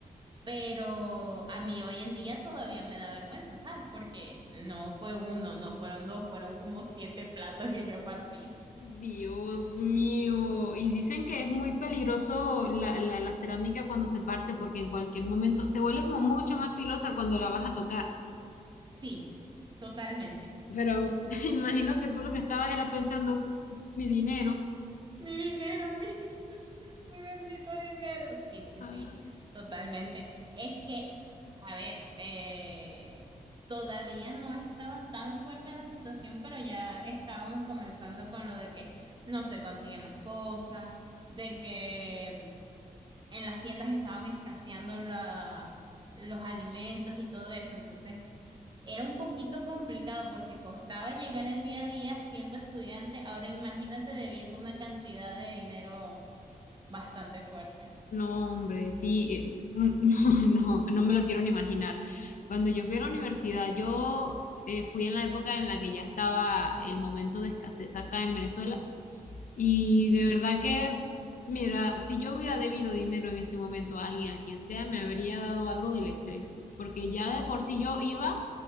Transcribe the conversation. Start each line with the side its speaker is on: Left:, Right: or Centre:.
Right: Pero a mí hoy en día todavía me da vergüenza, ¿sabes? Porque no fue uno, no fueron dos, fueron como siete platos que yo partí.
Left: Dios mío, y dicen que es muy peligroso la, la, la cerámica cuando se parte porque en cualquier momento se vuelve como mucho más filosa cuando la vas a tocar.
Right: Sí, totalmente.
Left: Pero <laughs> imagino que tú lo que estabas era pensando mi dinero.
Right: Mi dinero, mi Mi bendito dinero. Sí, sí,
Left: Ah,
Right: sí, totalmente. Es que, a ver, eh, todavía no estaba tan fuerte la situación, pero ya estábamos comenzando con lo de que no se consiguen las cosas, de que em, en las tiendas estaban escaseando la- los alimentos y todo eso. Entonces, era un poquito complicado porque costaba llegar el día a día siendo estudiante. Ahora imagínate debiendo una cantidad de dinero bastante fuerte.
Left: no, hombre, sí, eh, mm, <laughs> no, no, no me lo quiero ni imaginar. Cuando yo fui a la universidad, yo eh, fui en la época en la que ya estaba el momento de escasez acá en Venezuela. Y
Right: Ujú.
Left: de verdad que, mira, si yo hubiera debido dinero en ese momento a alguien, a quien sea, me habría dado algo del estrés, porque ya de por sí yo iba